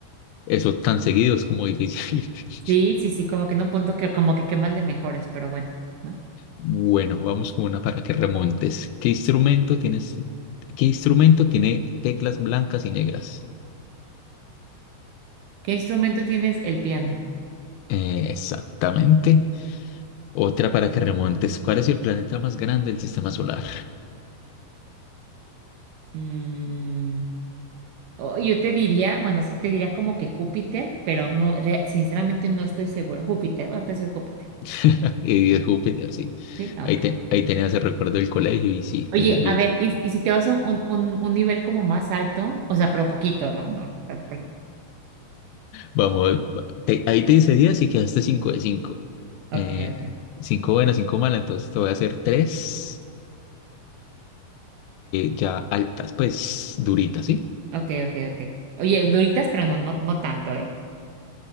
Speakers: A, on the left; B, on the right.
A: eso tan seguido es como difícil. <laughs>
B: Sí, sí, sí, como que en un punto que como que qué más le mejores, pero bueno, ¿no?
A: Bueno, vamos con una para que remontes. ¿Qué instrumento tienes? ¿Qué instrumento tiene teclas blancas y negras?
B: ¿Qué instrumento tienes? El piano.
A: Eh, exactamente. Otra para que remontes. ¿Cuál es el planeta más grande del sistema solar?
B: Mm, oh, yo te diría, bueno, sí te diría como que Júpiter, pero no, re- sinceramente no estoy segura. Júpiter, vamos a decir Júpiter.
A: <laughs> Y es Júpiter, sí.
B: Sí, Ah,
A: Ahí,
B: ok,
A: te,
B: ok.
A: ahí tenías el recuerdo del colegio y sí,
B: Oye,
A: te sirvió.
B: a ver, y, y si te vas a un, un, un nivel como más alto, o sea, pero poquito, ¿no? No, tampoco. le-
A: Vamos, va- te- ahí te hice 10 y quedaste 5 de cinco
B: Ok,
A: Eh,
B: ok.
A: 5 buenas, 5 malas, entonces te voy a hacer 3 ya altas, pues duritas, ¿sí?
B: Ok, ok, ok. Oye, duritas, pero no, no, no tanto, ¿eh?